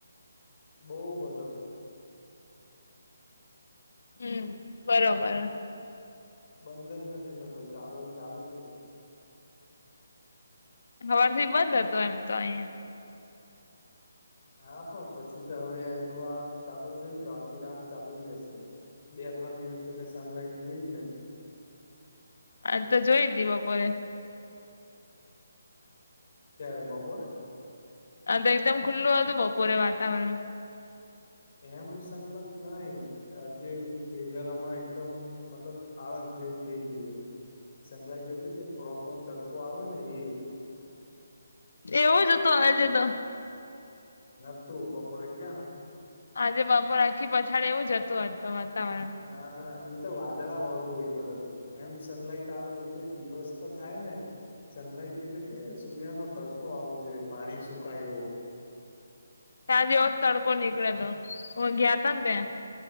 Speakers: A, on the left (about 40°); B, on the left (about 60°).
A: બઉ બધો
B: હમ બરોબર
A: બંધ જ નથી થતો ચાલ ચાલુ જ છે.
B: હવારથી બંધ હતું એમ તો અહીયાં.
A: હા પણ પછી તો હવે આઆ ચાલુ થયું તો આખી રાત ચાલુ જ રહેશે હવે બે ત્રણ દિવસ થી ત સનલાઈટ જોઈ જ નઇ.
B: આ તો જોઈ દી બપોરે.
A: ક્યારે બપોરે.
B: અ એકદમ ખુલ્લું હતું બપોરે વાતાવરણ
A: એમ સનલાઈટ નઈ જે વેધર હમણાં એકદમ મતલબ આળસ જેવું થઈ ગયું છે સનલાઈટ એટલે કે પ્રોપર તડકો આવે ને એ
B: એવો જ હતો આજે તો,
A: નતું બપોરે ક્યાં હતું?
B: આજે બાપો રાખી પછાડે એવું જતું આ વાતાવરણ
A: ના ના એ તો વાદળા વાળું વેધર હતું એમ સનલાઈટ આવે એટલે દિવસ તો થાય ને સનલાઈટ એટલે કે સૂર્ય નો તડકો આવવો જોઈએ પાણી સુકાય એવો
B: ત્યા જેવો તડકો નીકળે હતો હ ગયા હતા ને ત્યાં